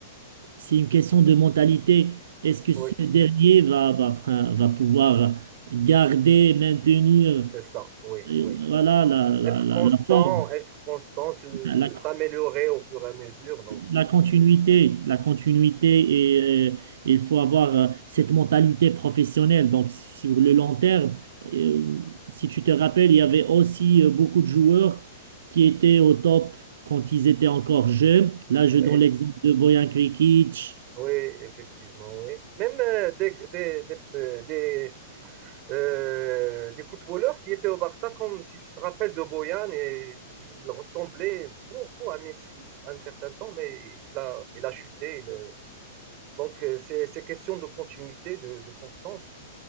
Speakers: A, on the right; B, on the right.
A: c'est une question de mentalité. Est-ce que
B: Oui,
A: ce dernier va, va, va pouvoir garder, maintenir,
B: c'est ça. Oui,
A: euh,
B: oui.
A: voilà, la, la,
B: Être
A: la,
B: constant,
A: la forme,
B: être constant, se- se-
A: la,
B: s'améliorer au fur et à mesure. Donc,
A: la
B: euh,
A: continuité, la continuité et euh, il faut avoir euh, cette mentalité professionnelle. Donc, sur le long terme, euh, si tu te rappelles, il y avait aussi euh, beaucoup de joueurs qui étaient au top quand ils étaient encore jeunes. Là, je
B: oui,
A: donne
B: eff-
A: l'exemple de Bojan Krikić.
B: oui, effectivement, oui. Même euh, des, des, des, euh, des, euh, des footballeurs qui étaient au Barça, comme si tu te rappelles de Boyan, et il ressemblait beaucoup à Messi à un certain temps, mais il a, il a chuté. il est- Donc, euh, c'est c'est question de continuité, de, de constance.